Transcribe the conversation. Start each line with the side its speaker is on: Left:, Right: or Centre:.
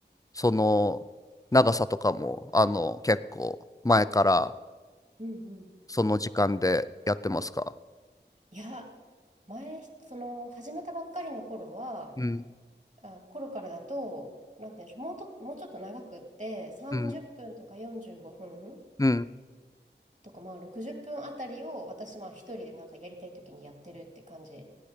Left: その長さとかもあの結構前から
Right: うん。
Left: その時間でやってますか
Right: いや、前、その、始めたばっかりの頃は、
Left: うん
Right: あ、頃からだと、なんて言うんでしょう、もうと、もうちょっと長くって、30分とか45分
Left: うんうん
Right: とか、まあ60分あたりを私、まあ一人でなんかやりたい時にやってるって感じ。